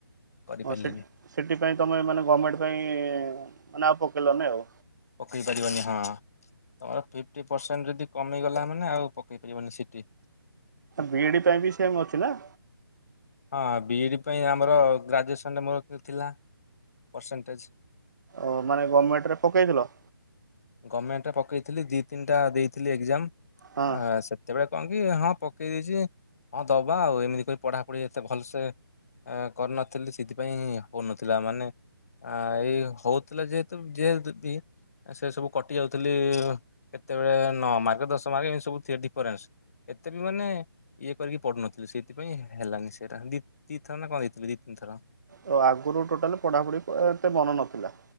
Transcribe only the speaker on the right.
ହଁ ସେ ସେଥିପାଇ ତମେ ମାନେ ଗଭର୍ଣ୍ଣମେଣ୍ଟ ପାଇଁ ଆଉ ପକେଇଲନି ଆଉ।
ବିଡି ପାଇଁ ବି ସେଏମ ଅଛି ନା?
ଓ ମାନେ ଗଭର୍ଣ୍ଣମେଣ୍ଟରେ ପକେଇଥିଲ?
ହଁ
ଓ ଆଗରୁ ଟୋଟାଲି ପଢ଼ାପଢ଼ି ଏତେ ମନ ନଥିଲା।